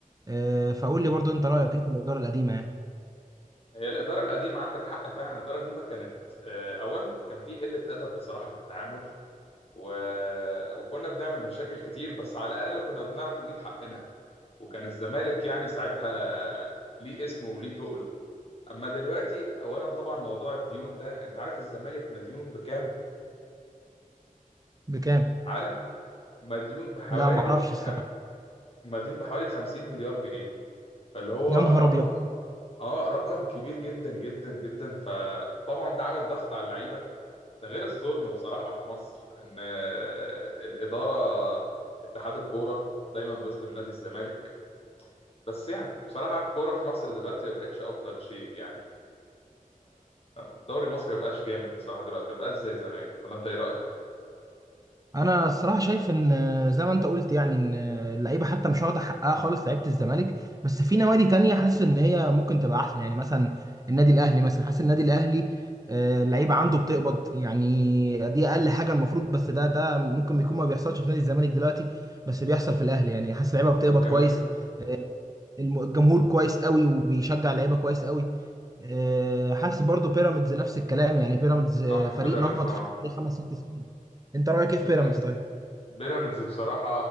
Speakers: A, on the right; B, on the left.
A: آه، فقول لي برضو انت رأيك ايه في الإدارة القديمة يعني
B: هي الإدارة القديمة عندك حق فعلا الإدارة القديمة كانت آه، أولا كان في قلة أدب بصراحة في التعامل و... وكنا بنعمل مشاكل كتير بس على الأقل كنا بنعرف نجيب حقنا وكان الزمالك يعني ساعتها ليه اسمه وليه تقله أما دلوقتي أولا طبعا موضوع الديون ده أنت عارف الزمالك مديون بكام؟
A: بكام؟
B: عارف؟ مديون بحوالي
A: لا ما اعرفش الصراحه
B: خ... مديون بحوالي 50 مليار جنيه فاللي هو
A: يا نهار
B: رقم
A: ابيض
B: آه رقم كبير جدا جدا جدا فطبعا ده عامل ضغط على اللعيبة ده غير الظلم بصراحة في مصر إن الإدارة اتحاد الكورة دايما بيظلم نادي الزمالك بس يعني بصراحة الكورة في مصر دلوقتي ما بقتش أفضل شيء يعني الدوري المصري ما بقاش جامد بصراحة دلوقتي ما بقاش زي زمان ولا أنت إيه رأيك؟
A: انا الصراحه شايف ان زي ما انت قلت يعني ان اللعيبه حتى مش واخده حقها خالص لعيبه الزمالك بس في نوادي تانية حاسس ان هي ممكن تبقى احسن يعني مثلا النادي الاهلي مثلا حاسس النادي الاهلي آه، اللعيبه عنده بتقبض يعني دي اقل حاجه المفروض بس ده ده ممكن بيكون ما بيحصلش في نادي الزمالك دلوقتي بس بيحصل في الاهلي يعني حاسس اللعيبه بتقبض
B: وكمان
A: كويس آه، الم- الجمهور كويس قوي وبيشجع اللعيبه كويس قوي آه، حاسس برضو بيراميدز نفس الكلام يعني بيراميدز آه،
B: صح
A: فريق
B: بيراميدز
A: نهض
B: أهو
A: في حوالي خمس ست سنين انت رايك ايه في
B: بيراميدز
A: بيراميدز طيب
B: بيراميدز بصراحة